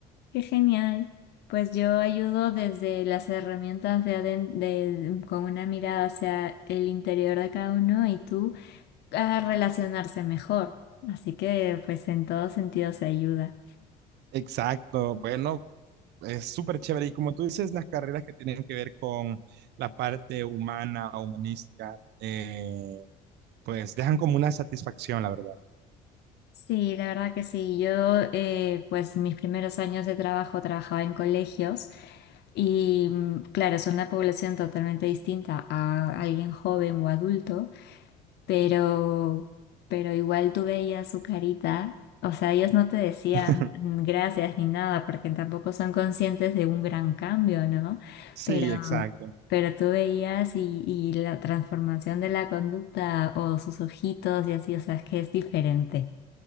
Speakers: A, on the left; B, on the right.
A: Qué genial. Pues yo ayudo desde las herramientas de, aden- de- con una mirada hacia el interior de cada uno y tú a relacionarse mejor. Así que pues en todo sentido se ayuda.
B: Exacto, bueno, es súper chévere. Y como tú dices, las carreras que tienen que ver con la parte humana, humanística, eh, pues dejan como una satisfacción, la verdad.
A: Sí, la verdad que sí. Yo, eh, pues mis primeros años de trabajo trabajaba en colegios y mm, claro, es una población totalmente distinta a alguien joven o adulto, pero, pero igual tú veías su carita. O sea, ellos no te decían
B: <laughs>
A: mm, gracias ni nada porque tampoco son conscientes de un gran cambio, ¿no?
B: Sí,
A: Pero,
B: exacto.
A: pero tú veías y, y la transformación de la conducta o sus ojitos y así, o sea, es que es diferente.